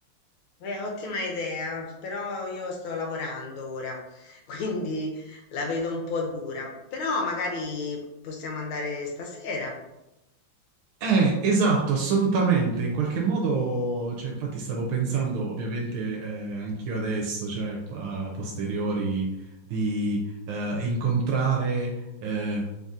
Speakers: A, on the left; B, on the right.
A: è ottima idea, però io sto lavorando ora, <laughs> quindi la vedo un po' dura. Però magari possiamo andare stasera.
B: Eh, esatto, assolutamente. In qualche modo, cioè, infatti stavo pensando, ovviamente, eh, anch'io adesso, cioè, a posteriori, di eh, incontrare eh,